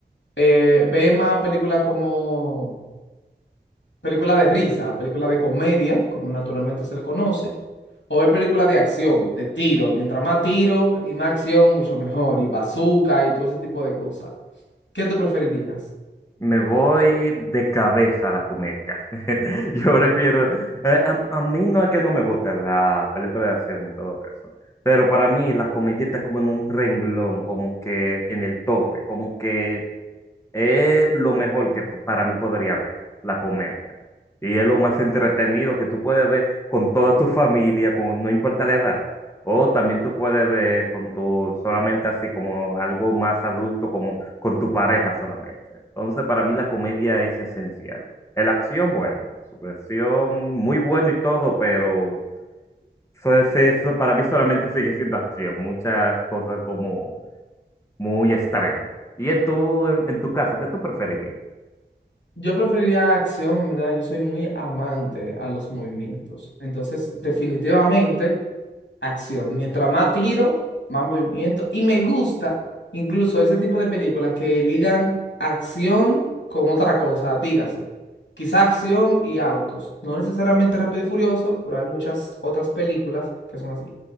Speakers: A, on the left (about 75°); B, on the left (about 15°).
A: Eh, ¿ve más películas como... película de risa, película de comedia, como naturalmente se le conoce, o ver películas de acción, de tiro. Mientras más tiro y más acción, mucho mejor. Y bazooka y todo ese tipo de cosas. ¿Qué tú preferirías?
B: Me voy de cabeza a la comedia. <laughs> Yo prefiero. eh, A, a mí no es que no me guste la película de acción y todo eso. Pero para mí la comedia está como en un renglón, como que en el tope, como que es lo mejor que para mí podría ver, la comedia. Y es lo más entretenido que tú puedes ver con toda tu familia, con, no importa la edad. O también tú puedes ver con tu, solamente así como algo más adulto, como con tu pareja solamente. Entonces, para mí la comedia es esencial. La acción, bueno, acción muy bueno y todo, pero eso, es- eso para mí solamente sigue siendo acción. Muchas cosas como muy extremo. Y en tu, en, en tu caso, ¿qué tú preferirías?
A: Yo preferiría acción, en verdad, yo soy muy amante a los movimientos. Entonces, definitivamente. acción. Mientras más tiro, más movimiento. Y me gusta incluso ese tipo de películas que ligan acción con otra cosa, dígase. Quizá acción y autos. No necesariamente Rápido y Furioso, pero hay muchas otras películas que son así.